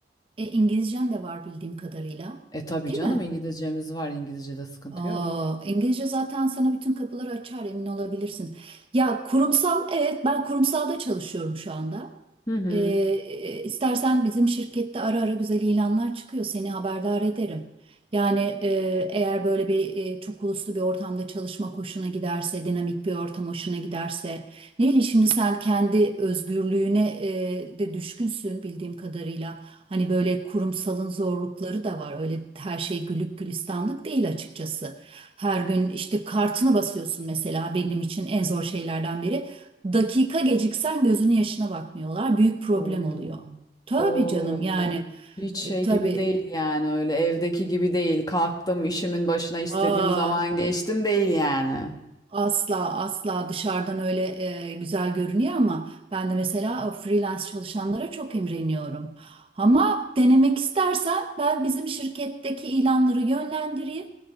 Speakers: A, on the right (about 30°); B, on the left (about 20°).
A: E, İngilizcen de var bildiğim kadarıyla.
B: E tabii
A: Değil
B: canım
A: mi?
B: İngilizcemiz var. İngilizce'de sıkıntı
A: Aa,
B: yok.
A: İngilizce zaten sana bütün kapıları açar emin olabilirsin. Ya kurumsal, evet ben kurumsalda çalışıyorum şu anda.
B: Hı hı.
A: Ee, e, istersen bizim şirkette ara ara güzel ilanlar çıkıyor. Seni haberdar ederim. Yani e, eğer böyle bir e, çok uluslu bir ortamda çalışmak hoşuna giderse, dinamik bir ortam hoşuna giderse. Neyli şimdi sen kendi özgürlüğüne e, de düşkünsün bildiğim kadarıyla. Hani böyle kurumsalın zorlukları da var. Öyle her şey güllük gülistanlık değil açıkçası. Her gün işte kartını basıyorsun mesela benim için en zor şeylerden biri. Dakika geciksen gözünün yaşına bakmıyorlar. Büyük problem
B: Oo.
A: oluyor. Tabii
B: Oo.
A: canım yani
B: Hiç
A: e,
B: şey
A: tabii.
B: gibi değil yani öyle evdeki gibi değil. Kalktım işimin başına istediğim
A: Aa,
B: zaman geçtim değil yani.
A: Asla asla dışarıdan öyle e, güzel görünüyor ama ben de mesela freelance çalışanlara çok imreniyorum. Ama denemek istersen ben bizim şirketteki ilanları yönlendireyim.